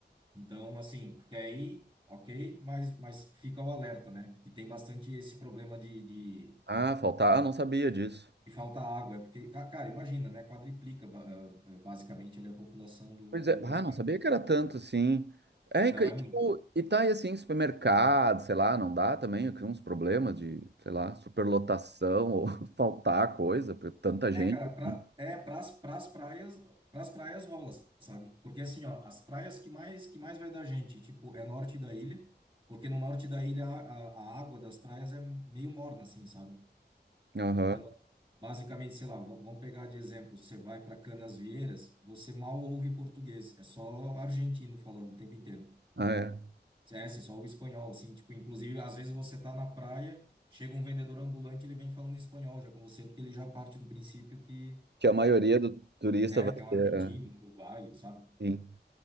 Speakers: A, on the right (about 30°); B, on the right (about 70°).
A: Então, assim, quer ir, ok, mas, mas fica o alerta, né? Que tem bastante esse problema de, de,
B: Ah, faltar. Ah, não sabia disso.
A: de falta água. É porque, ca- cara, imagina, né? Quadriplica ba- eh, basicamente ali a população do,
B: Pois é,
A: do
B: ah,
A: lugar.
B: não sabia que era tanto, assim É, e,
A: Não
B: que-
A: é
B: tipo,
A: muito.
B: e tá aí assim, supermercado, sei lá, não dá também, eu crio uns problemas de, sei lá, superlotação ou <laughs> faltar coisa, porque tanta gente,
A: É, cara, pra,
B: assim.
A: é pras, pras praias, pras praias rola, sabe? Porque assim, ó, as praias que mais que mais vai da gente, tipo, é norte da ilha, porque no norte da ilha a, a a água das praias é meio morna, assim, sabe?
B: Aham,
A: Então, basicamente, sei lá, v- vamos pegar de exemplo, você vai para Canasvieiras, você mal ouve português, é só argentino falando o tempo inteiro.
B: ah, é.
A: É, você só ouve espanhol, assim, tipo, inclusive, às vezes você tá na praia, chega um vendedor ambulante, ele vem falando espanhol já com você, porque ele já parte do princípio que
B: Que a maioria do turista
A: É,
B: vai
A: que é um argentino,
B: ter, é,
A: um uruguaio, sabe?
B: sim,